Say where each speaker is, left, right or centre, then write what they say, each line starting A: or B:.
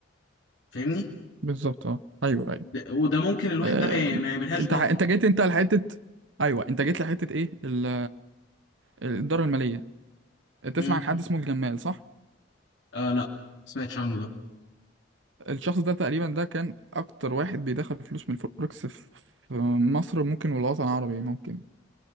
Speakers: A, on the left; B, on the right.
A: فاهمني
B: بالظبط اه أيوه أيوه
A: ده- وده ممكن الواحد
B: آه،
A: ده ما ما يعملهاش
B: أنت ح- أنت جيت أنت لحتة أيوه أنت جيت لحتة إيه ال- الإدارة المالية تسمع
A: امم
B: عن حد اسمه الجمال صح؟
A: آه لا ما سمعتش عنه ده
B: الشخص ده تقريبا ده كان أكتر واحد بيدخل فلوس من الفوركس في في مصر ممكن والوطن العربي ممكن